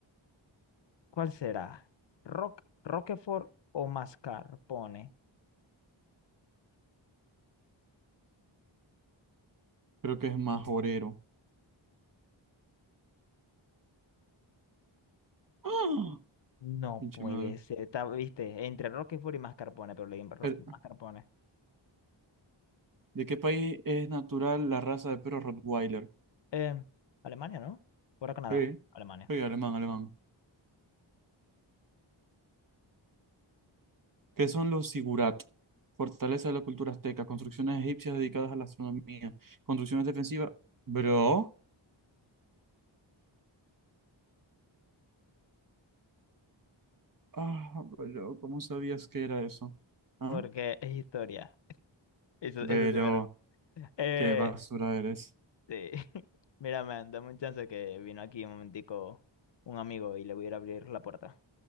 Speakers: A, on the left; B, on the right.
A: ¿Cuál será? ¿Rock, Roquefort o mascarpone?
B: Creo que es majorero. Ah,
A: No
B: pinche
A: puede
B: madre.
A: ser. Está, viste, entre Roquefort y mascarpone, pero le di ro-
B: El-
A: mascarpone.
B: ¿De qué país es natural la raza de perro Rottweiler?
A: Em, Alemania, ¿no? ¿Fuera Canadá?
B: Sí,
A: Alemania,
B: sí, alemán,
A: sí.
B: alemán. ¿Qué son los sigurat? Fortaleza de la cultura azteca, construcciones egipcias dedicadas a la astronomía, construcciones defensivas. Bro, ah, bro, ¿cómo sabías que era eso? ¿Ah?
A: Porque es historia. Eso,
B: Pero,
A: eso sí me lo... Eh,
B: qué basura eres.
A: sí. <laughs> Mira, man, dame un chance que vino aquí un momentico un amigo y le voy a ir a abrir la puerta.